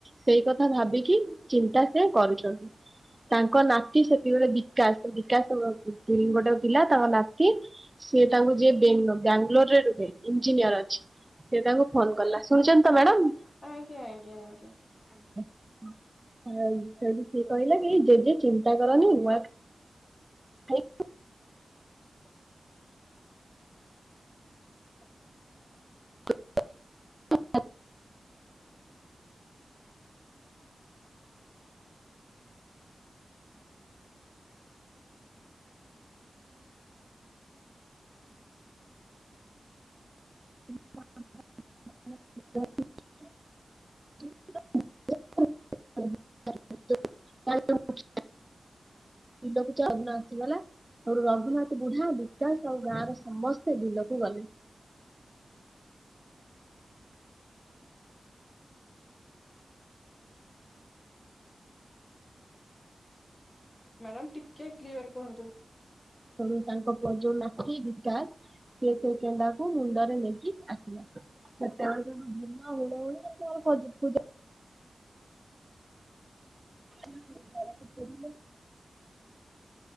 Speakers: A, on the right; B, on the left.
A: ସେଇ କଥା ଭାବିକି ଚିନ୍ତା ସେ କରୁଛନ୍ତି। ତାଙ୍କ ନାତି ସେତିକିବେଳେ ବିକାଶ, ବିକାଶ ଗୋ ଗୋଟେ ପିଲା ତାଙ୍କ ନାତି ସିଏ ତାଙ୍କୁ ଯିଏ ବେ ବ୍ୟଙ୍ଗୋଲୋର ରେ ରୁହେ, ଇଞ୍ଜିନିୟର ଅଛି। ସେ ତାଙ୍କୁ ଫୋନ କଲା ଶୁଣିଛ ତ ମ୍ୟାଡ଼ାମ୍।
B: ଆଜ୍ଞା, ଆଜ୍ଞା, ଆଜ୍ଞା।
A: <inaudible> ଆଉ ସେଠି ସିଏ କହିଲା କି ଜେଜେ ଚିନ୍ତା କରନି ନୂଆଖା <inaudible> ଖାଇ <unintelligible> <inaudible> ବିଲକୁ ଚଉନ ଆସିଗଲା ଆଉ ରଘୁନାଥ ବୁଢା ବିକାଶ ଆଉ ଗାଁର ସମସ୍ତେ ବିଲକୁ ଗଲେ।
B: ମ୍ୟାଡ଼ାମ ଟିକେ କ୍ଲିୟର କୁହନ୍ତୁ।
A: ତେଣୁ ତାଙ୍କ ପୁଅ ଯୋଉ ନାତି ବିକାଶ ସିଏ ସେ କହୁଛନ୍ତି ମୁଣ୍ଡରେ ନେଇକି ଆସିଲା। ଯମ ହୁଳ ହୁଲି <unintelligible> <unintelligible> ବୁଧ ସୁନ୍ଦରୀ